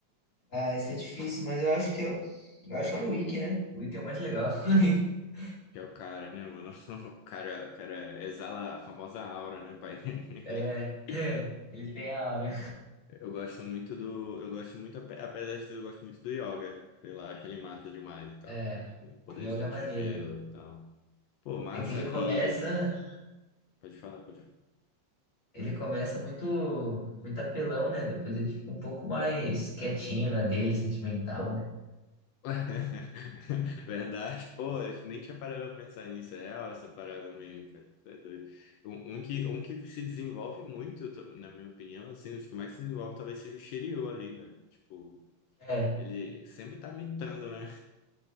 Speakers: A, on the left; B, on the left.
A: Ah, esse é difícil, mas eu acho que eu, eu acho que é o Wiki, né? O Wiki é o mais legal. <laughs>
B: Que é o cara, né, mano? <laughs> O cara, o cara exala a famosa aura, né, pai? <laughs>
A: É, é, ele tem a aura.
B: Eu gosto muito do. Eu gosto muito, ape- apesar de tudo, eu gosto muito do yoga. Sei lá, acho ele massa demais e tal.
A: É,
B: Tem um Poderzinho
A: o jogo é maneiro.
B: de gelo e tal. Pô, massa
A: É que ele começa.
B: e. Pode falar, pode falar.
A: Ele começa muito, muito apelão, né? Depois ele fica um pouco mais quietinho na dele, sentimental, né?
B: <laughs> Verdade, pô, eu nem tinha parado pra pensar nisso. É real essa parada mesmo, cara. Tá doido. Um, um que, um que se desenvolve muito, eu tô- na minha opinião, assim, os que mais se desenvolve talvez seja o Shiryu ali, velho. Tipo.
A: É,
B: Ele sempre tá mitando, né?